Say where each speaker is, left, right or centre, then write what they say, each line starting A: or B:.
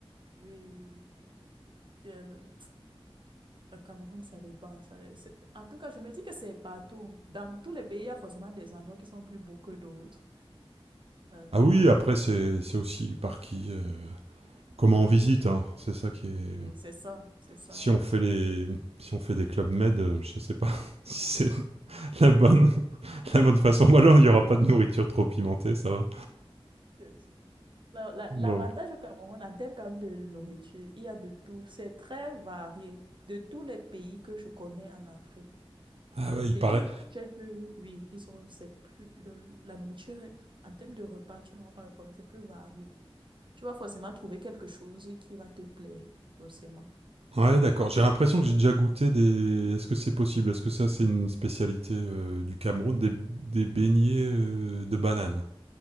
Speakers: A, on the right (about 55°); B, on the right (about 80°).
A: Oui, oui, oui. Euh, Le le Cameroun, ça dépend. ça c'est- En tout cas, je me dis que c'est partout. Dans tous les pays, il y a forcément des endroits qui sont plus beaux que d'autres. Euh,
B: Ah oui, après c'est aussi par qui, Euh, comment on visite, hein. c'est ça qui est
A: oui, c'est ça, c'est ça.
B: Si on fait les, si on fait des clubs med, euh, je sais pas <laughs> si c'est la bonne, <laughs> la bonne façon. Voilà, il n'y aura pas de nourriture trop pimentée, ça va.
A: <laughs> La- la-
B: Non.
A: L'avantage au Cameroun, en termes quand même de nourriture, il y a de tout. C'est très varié. De tous les pays que je connais en Afrique,
B: Ah
A: le
B: ouais,
A: pays
B: il paraît.
A: où j'ai pu- oui, ils sont, c'est plus, le- la nourriture, est- en termes de repas, tu n'auras pas le problème, c'est plus varié. Tu vas forcément trouver quelque chose qui va te plaire, forcément.
B: Ouais, d'accord. J'ai l'impression que j'ai déjà goûté des. Est-ce que c'est possible Est-ce que ça, c'est une spécialité euh, du Cameroun, des, des beignets euh, de bananes